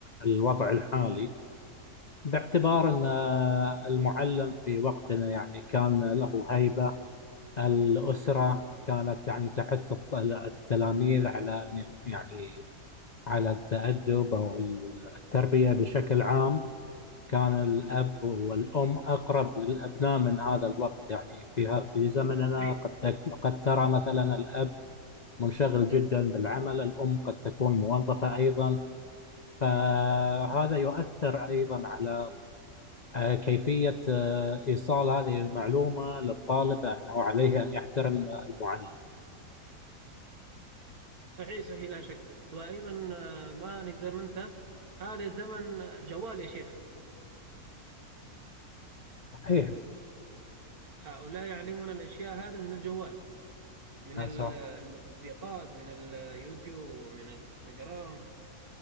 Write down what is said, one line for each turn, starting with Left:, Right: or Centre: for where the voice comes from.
Left: الوضع الحالي باعتبار أن المعلم في وقتنا يعني كان له هيبة الأسرة كانت يعني تحث التلاميذ على أن- يعني على التأدب أو التربية بشكل عام كان الأب والأم أقرب للأبناء من هذا الوقت يعني في في زمننا
Right: صحيح
Left: قد تك- قد ترى مثلا الأب منشغل جدا بالعمل الأم قد تكون موظفة أيضا فهذا يؤثر أيضا على آه، كيفية آه، إيصال هذه المعلومة للطالب أنه عليه أن يحترم المعلم
Right: صحيح صحيح لا شك وأيضا آه، ما نقدر ننسى هذا الزمن جوال يا شيخ
Left: صحيح
Right: هؤلاء يعلمون الأشياء هذا من الجوال من
Left: أسع-
Right: ال- من التطبيقات من اليوتيوب ومن الانستغرام